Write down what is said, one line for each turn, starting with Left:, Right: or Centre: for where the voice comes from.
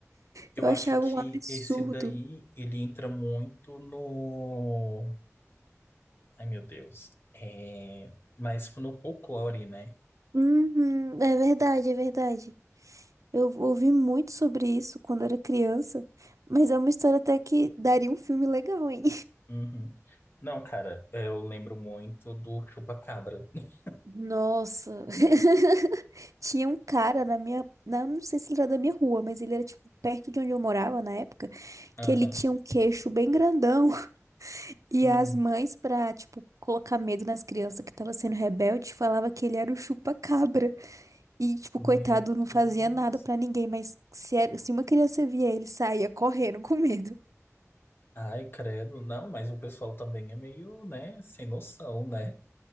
Left: Eu
Right: eu
Left: acho
Right: achava
Left: que
Right: um absurdo.
Left: esse daí, ele entra muito no... Ai, meu Deus. É... Mas no folclore, né?
Right: Uhum, é verdade, é verdade. Eu ouvi muito sobre isso quando era criança, mas é uma história até que daria um filme legal, hein?
Left: Uhum. Não, cara, eu lembro muito do Chupacabra. <laughs>
Right: Nossa. <laughs> Tinha um cara na minha. na- Não sei se ele era da minha rua, mas ele era, tipo, perto de onde eu morava na época,
Left: Aham.
Right: que ele tinha um queixo bem grandão. <laughs> E
Left: Hum.
Right: as mães, pra, tipo, colocar medo nas crianças que tava sendo rebelde, falava que ele era o chupa-cabra. E, tipo,
Left: Meu
Right: coitado, não fazia
Left: Deus.
Right: nada pra ninguém, mas se, era- se uma criança via ele, saía correndo com medo.
Left: Ai, credo. Não, mas o pessoal também é meio, né, sem noção, né?